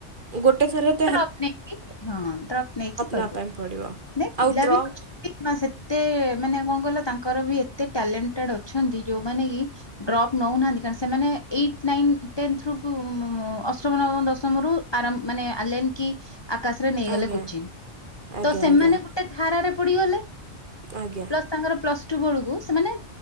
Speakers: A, on the right (about 45°); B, on the left (about 25°).
A: ଗୋଟେ ଥରପ୍
B: ଡ୍ରପ୍ ନେଇକି ହଁ ଡ୍ରପ୍ ନେଇକି କରିବେ
A: ନେବା ପାଇଁ ପଡ଼ିବ
B: ନାଇ ପିଲା
A: ଆଉ ଡ୍ରପ୍
B: ବି କିନ୍ନା ସେତେ ମାନେ କଣ କିଲ ତାଙ୍କର ବି ଏତେ ଟ୍ୟାଲେଣ୍ଟେଡ ଅଛନ୍ତି ଯୋଉମାନେ ଏଇ ଡ୍ରପ ନଉନାହାନ୍ତି କାରଣ ସେମାନେ ଏଇ ଝ ନାଇନ୍ ଟେନ୍ଥ ରୁ ଅଷ୍ଟମ ନବମ ଦଶମ ରୁ ଆରମ୍ ମାନେ ଆଲେନ କି ଆକାଶରେ ନେଇଗଲେ
A: ଆଜ୍ଞା
B: କୁଚିନ୍
A: ଆଜ୍ଞା
B: ତ ସେମାନେ
A: ଆଜ୍ଞା
B: ଗୋ ଟେ ଧାରାରେ ପଡିଗଲେ
A: ଆଜ୍ଞା
B: ପ୍ଲସ୍‌ତାଙ୍କର ପ୍ଲସ୍‌ ଷ୍ଟୁ ବେଳକୁ ସେମାନେ